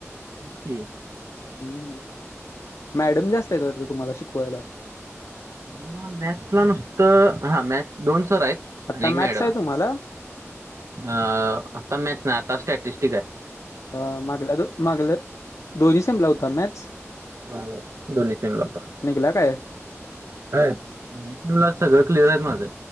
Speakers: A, on the right; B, on the left.
A: <unintelligible>
B: हम्म, मॅडम जास्त आहेत वाटतं तुम्हाला शिकवायला?
A: आम्हाला मॅथ्सला नुसतं हा मॅथ्स हा दोन सर आहेत
B: आता
A: आणि एक
B: मॅथ्स
A: मॅडम आहे.
B: तुम्हाला
A: अ आता मॅथ्स नाय आता स्टॅटिस्टिक हाय.
B: अ मागल्या दो मागल्या दोन्ही सेमला होता मॅथ्स?
A: होय होय, दोन्ही सेमला होता.
B: निघला काय?
A: होय मॉन्स्टरला सगळं क्लिअर हायत माझं.